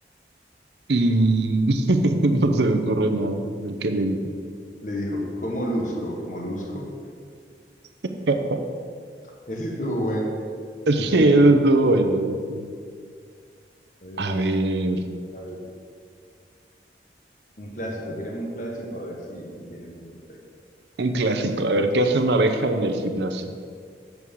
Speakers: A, on the right; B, on the left.
A: Mm, <laughs> no se me ocurre nada. A ver qué le digo.
B: Le dijo, ¿cómo molusco? ¿Molusco?
A: <laughs>
B: Ese estuvo bueno,
A: Sí,
B: ese estuvo
A: eso estuvo bueno. eso estuvo- bueno.
B: bueno.
A: A ver,
B: Eh, a ver, un clásico, tirame un clásico a ver si, si tienes uno por ahí.
A: un clásico. A ver, ¿qué hace una abeja en el gimnasio?